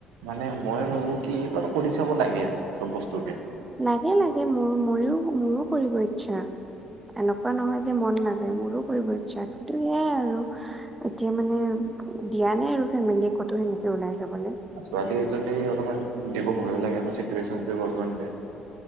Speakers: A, on the right; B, on the right.
A: মানে মই ভাবো কি? এইবাৰ কৰি চাব লাগে চব বস্তুতে।
B: লাগে লাগে মোৰ ময়ো মোৰো কৰিব ইচ্ছা এনেকুৱা নহয় যে মন নাজ- মোৰো কৰিব ইচ্ছা, কিন্তু সেয়াই আৰু। এতিয়া মানে দিয়া নাই আৰু ফেমিলিয়ে ক'তো সেনেকে ওলাই যাবলে।
A: ছোৱালী এজনী অলমান দিব ভয়ো লাগে ন চিটুৱেনটো অলমান বেয়া।